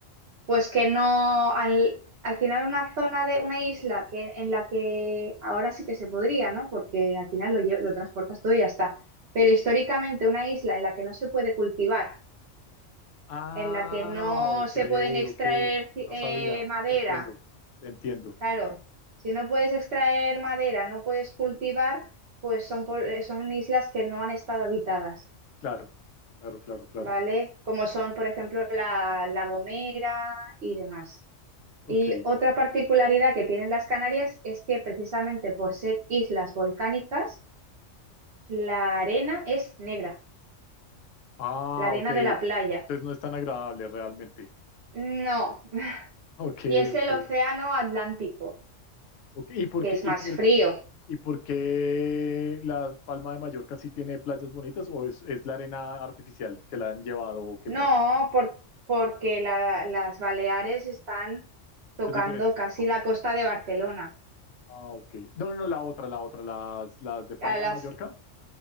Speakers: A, on the right (about 55°); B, on the left (about 80°).
A: pues que no, al, al final una zona de una isla que, en la que ahora sí que se podría, ¿no? Porque al final lo, lle- lo transportas todo y ya está. Pero históricamente una isla en la que no se puede cultivar,
B: Ah,
A: en la que no
B: ok,
A: se pueden extraer
B: ok.
A: ci-
B: No
A: eh,
B: sabía.
A: madera,
B: Te entiendo. Te entiendo.
A: Claro, si no puedes extraer madera, no puedes cultivar, pues son, po- eh, son islas que no han estado habitadas,
B: Claro, claro, claro, claro.
A: ¿vale? Como son, por ejemplo, la, La Gomera y demás.
B: Ok.
A: Y otra particularidad que tienen las Canarias es que precisamente por ser islas volcánicas, la arena es negra,
B: Ah,
A: la arena
B: ok.
A: de la playa.
B: Entonces no es tan agradable realmente. <laughs>
A: No, <laughs>
B: Ok,
A: y es
B: ok.
A: el océano Atlántico,
B: Ok. ¿Y por
A: que
B: qué,
A: es
B: y
A: más
B: por,
A: frío.
B: y por qué la Palma de Mallorca sí tiene playas bonitas o es, es la arena artificial que la han llevado o qué
A: No,
B: pasa?
A: por- porque la- las Baleares están tocando
B: Es diferente.
A: casi la costa de Barcelona,
B: Ah, ok. No, no, no, la otra, la otra, las, las de Palma
A: a las,
B: de Mallorca.